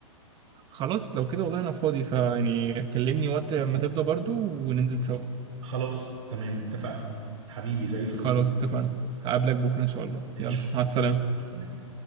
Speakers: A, on the right; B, on the right.
A: خلاص لو كده والله انا فاضي فيعني كلمني وقت ما تفضى برضه وننزل سوا
B: خلاص تمام اتفقنا حبيبي زي الفل
A: خلاص اتفقنا هقابلك بكره ان شاء الله
B: ان
A: يلا
B: شاء الله
A: مع السلامه
B: السلام